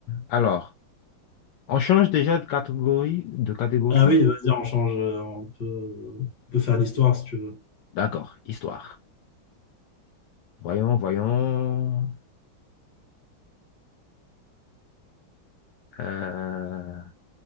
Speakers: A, on the left; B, on the left.
A: alors, on change déjà de catégorie, de catégorie.
B: Ah oui,
A: ou-
B: vas-y, on change. euh, On peut, on peut faire l'histoire si tu veux.
A: D'accord, histoire. Voyons, voyons. Euh,